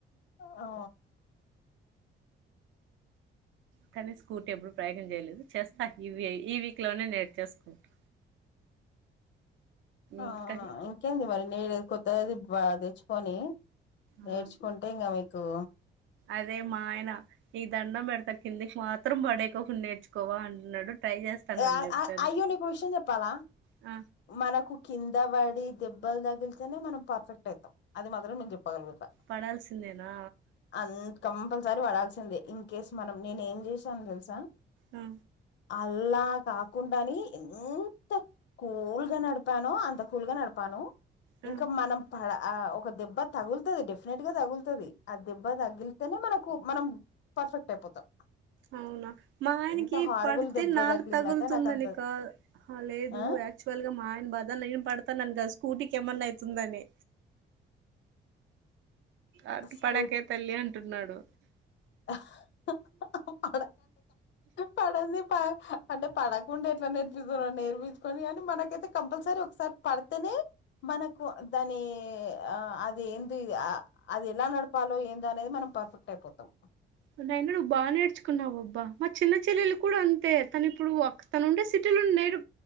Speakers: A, on the left; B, on the right.
A: ఆ
B: కానీ స్కూటీ ఎప్పుడు ప్రయోగం చేయలేదు చేస్తా ఈ ఈ వీక్ లోనే నేర్చేసుకుంటా
A: అ అవునా
B: ఇంకా
A: ఇంకేంది మరి నేడది కొత్తది బాగా తెచ్చుకొని
B: ఆ.
A: నేర్చుకుంటే ఇంకా మీకు
B: అదే మా ఆయన నీ దండం పెడత కిందికి మాత్రం పడేకోకు నేర్చుకోవా అంటున్నాడు. ట్రై చేస్తానని
A: అ
B: చెప్పాను
A: అయ్ అయ్యో నీకు విషయం చెప్పాలా
B: ఆ
A: మనకు కింద బడి దెబ్బలు తగిలితేనే మనం పర్ఫెక్ట్ అవుతాం అది మాత్రం మేము చెప్తాం పగలగొట్ట
B: పడాల్సిందేనా
A: అంత్ కంపల్సరీ పడాల్సిందే ఇన్ కేస్ మనం నేను ఏం చేసాను తెలుసా
B: ఉ
A: అల్లా కాకుంటని <inaudible> కూల్ గా నడిపాను, అంత కూల్ గా నడిపాను
B: ఆ
A: ఇంకా మనం పడ ఆ ఒక దెబ్బ తగులుతది డెఫినెట్ గా తగులుతది ఆ దెబ్బ తగిలితేనే మనకు మనం పర్ఫెక్ట్ అయిపోతాం
B: అవునా మా ఆయనకి
A: ఎంత హారబుల్
B: పడితే
A: దెబ్బ
B: నాకు
A: తగిలిందంటే
B: తగులుతుందనికా
A: నాకు అంత
B: లేదు
A: ఆ
B: యా క్చువల్ గా మా ఆయన బాధ నేను పడతానను గాదు స్కూటీకి ఏమన్నా అయితుందని అట్
A: స్కూ
B: పడకే తల్లి అంటున్నాడు.
A: <inaudible> పడంది ప అంటే పడకుండా ఎట్లా నేర్పిస్తరో నేర్పించుకొని కాని మనకైతే కంపల్సరీ ఒకసారి పడితేనే మనకు దాని అ అది ఏంది అ అది ఎలా నడపాలో ఏంద అనేది మనం పర్ఫెక్ట్ అయిపోతాం
B: నువు ఎన్నడు నువ్వు బాగ నేర్చుకున్నావబ్బా మా చిన్న చెల్లెలు కూడా అంతే తను ఇప్పుడు ఒక్ తను ఉండే సిటీలో నేడు